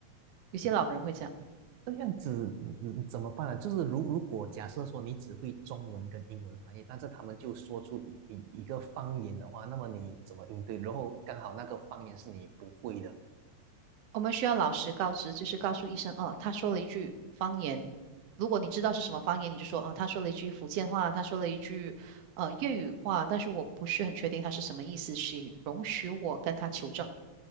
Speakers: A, on the right; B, on the right.
A: 有些老人会这样，
B: 这样子你你怎么办呢？就是如如果假设说你只会中文跟英文翻译，但是他们就说出一一一个方言的话，那么你怎么应对？然后刚好那个方言是你不会的。
A: 我们需要老实告知，就是告诉医生，哦，他说了一句方言。如果你知道是什么方言，你就说啊，他说了一句福建话，他说了一句呃粤语话，但是我不是很确定他是什么意思，请容许我跟他求证。